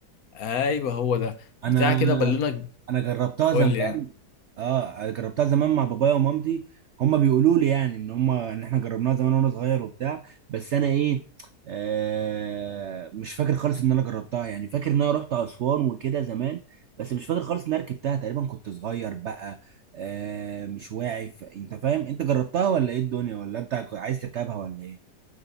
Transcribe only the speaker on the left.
ايوه هو ده
بتاع كده بالونه
قول
لي يعني